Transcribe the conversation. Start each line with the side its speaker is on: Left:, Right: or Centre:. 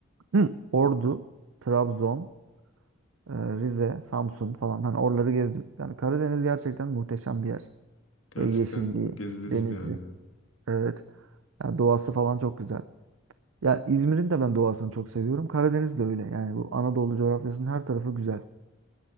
Right: Hı. Ordu, Trabzon, e, Rize, Samsun falan. Hani oraları gezdim. Yani Karadeniz gerçekten muhteşem bir yer.
Left: Gerçekten
Right: Ve yeşilliği,
Left: gezilesi
Right: denizi.
Left: bir yer yani.
Right: Evet. Yani doğası falan çok güzel. Ya İzmir'in de ben doğasını çok seviyorum. Karadeniz de öyle. Yani bu Anadolu coğrafyasının her tarafı güzel.